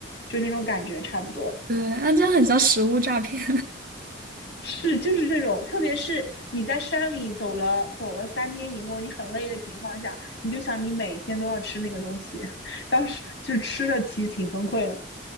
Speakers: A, on the left (about 55°); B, on the right (about 50°).
A: 就那种感觉差不多。
B: 对，那这样很像食物诈骗
A: 是，就是这种，特别是你在山里走了走了三天以后，你很累的情况下，你就想你每天都要吃那个东西，<laughs> 当时就吃了，其实挺崩溃的。